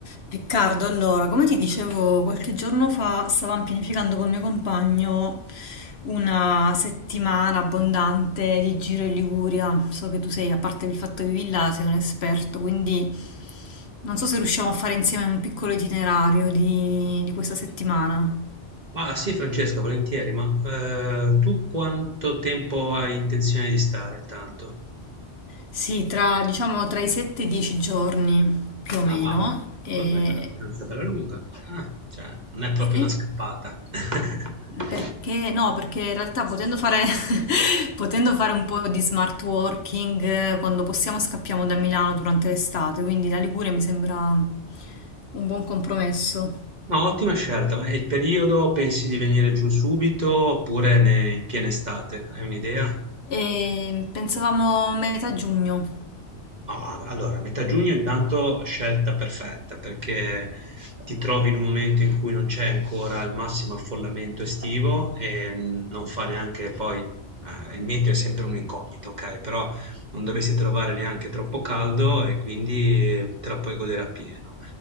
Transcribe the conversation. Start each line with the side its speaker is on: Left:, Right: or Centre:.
Left: Riccardo, allora, come ti dicevo qualche giorno fa, stavamo pianificando col mio compagno una settimana abbondante di giro in Liguria. So che tu sei, a parte il fatto che vivi là, sei un esperto, quindi non so se riusciamo a fare insieme un piccolo itinerario di, di questa settimana.
Right: Ma sì, Francesca, volentieri, ma eh, tu quanto tempo hai intenzione di stare tanto?
Left: Sì, tra, diciamo, tra i 7 e i 10 giorni, più o meno.
Right: Ah,
Left: E...
Right: vabbè, è una vacanza bella lunga. Ah, cioè, non è proprio
Left: Sì?
Right: una scappata. <laughs>
Left: Perché no, perché in realtà potendo fare, <laughs> potendo fare un po' di smart working, eh, quando possiamo scappiamo da Milano durante l'estate, quindi la Liguria mi sembra un buon compromesso.
Right: No, ottima scelta, ma il periodo pensi di venire giù subito oppure ne- in piena estate? Hai un'idea?
Left: E pensavamo metà giugno.
Right: Ma allora, metà giugno intanto scelta perfetta perché ti trovi in un momento in cui non c'è ancora il massimo affollamento estivo e mh, non fa neanche poi, eh, il meteo è sempre un incognito, ok? Però non dovresti trovare neanche troppo caldo e quindi te la puoi godere appieno.